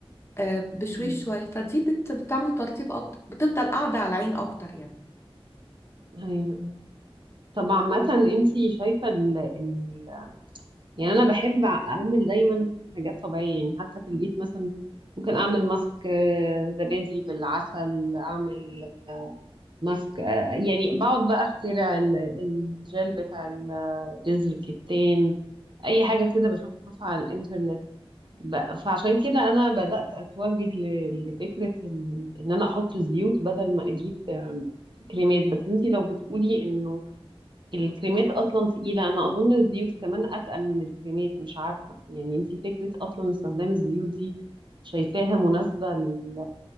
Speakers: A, on the left (about 25°); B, on the right (about 50°).
A: آه، بشويش
B: مم.
A: شوية فدي بت- بتعمل ترطيب أكتر بتفضل قاعدة على العين أكتر يعني
B: ايوه أيوة. طب عامة انتي شايفة ال ال يعني انا بحب اعمل دايما حاجات طبيعية يعني حتى في البيت مثلا ممكن اعمل ماسك آه، زبادي بالعسل اعمل ماسك آه، يعني بقعد بقى اخترع ال- الجل بتاع ال- جذر الكتان اي حاجة كده بشوفها على الانترنت ب- فعشان كده انا بدأت اتوجه ل- لفكرة ال- ان انا احط زيوت بدل ما اجيب آم، كريمات بس انتي لو بتقولي انه الكريمات اصلا تقيله انا اظن الزيوت كمان اتقل من الكريمات مش عارفه يعني انتي فكره اصلا استخدام الزيوت دي شايفاها مناسبه لل...